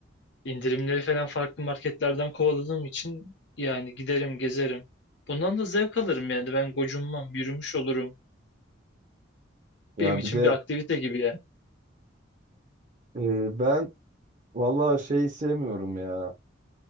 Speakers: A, on the left; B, on the right.
A: İndirimleri falan farklı marketlerden kovaladığım için yani giderim gezerim. Bundan da zevk alırım yani ben gocunmam, yürümüş olurum.
B: Ya
A: benim için
B: bir de
A: bir aktivite gibi yani.
B: e, ben vallahi şeyi sevmiyorum ya.